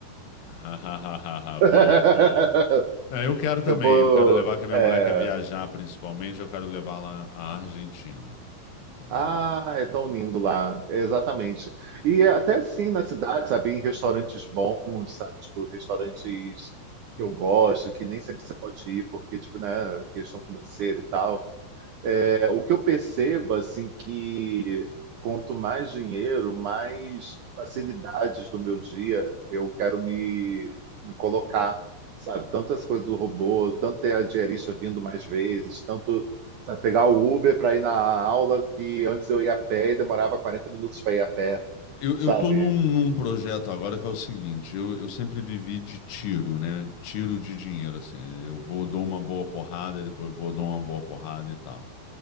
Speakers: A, on the left; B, on the right.
A: <laughs>
B: <laughs>
A: Boa, boa. Não, eu quero também,
B: Eu vou.
A: eu quero levar, que a minha
B: é,
A: mulher quer viajar principalmente, eu quero levá-la à Argentina, entendeu?
B: Ah, é tão lindo lá, exatamente. E é até sim na cidade, sabe, em restaurantes bons, sabe, tipo restaurantes que eu gosto, que nem sempre você pode ir porque tipo, né, questão financeira e tal. É, o que eu percebo, assim, que quanto mais dinheiro, mais facilidades do meu dia eu quero me, me colocar, sabe? Tanto essa coisa do robô, tanto ter a diarista vindo mais vezes, tanto, sabe, pegar o Uber para ir na aula que antes eu ia a pé e demorava 40 minutos para ir a pé,
A: Eu,
B: sabe?
A: eu tô num, num projeto agora que é o seguinte, eu, eu sempre vivi de tiro, né? Tiro de dinheiro, assim. Eu vou, dou uma boa porrada, depois vou, dou uma boa porrada e tal.